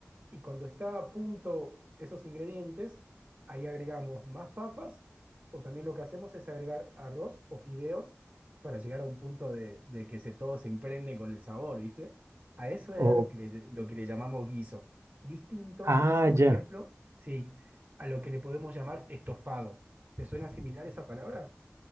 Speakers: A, on the right; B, on the right.
A: y cuando está a punto esos ingredientes, ahí agregamos más papas o también lo que hacemos es agregar arroz o fideos para llegar a un punto de, de que se, todo se impregne con el sabor, ¿viste? A eso es
B: Ok.
A: a lo que le, lo que le llamamos guiso. Distinto
B: Ah,
A: es, por
B: ya.
A: ejemplo, sí, a lo que le podemos llamar estofado. ¿Te suena similar esa palabra?